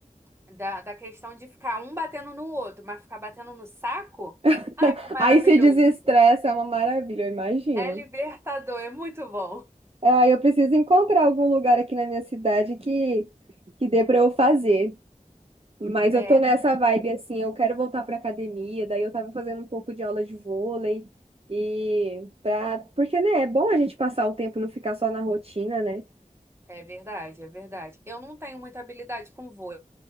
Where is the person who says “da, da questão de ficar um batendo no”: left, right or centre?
Right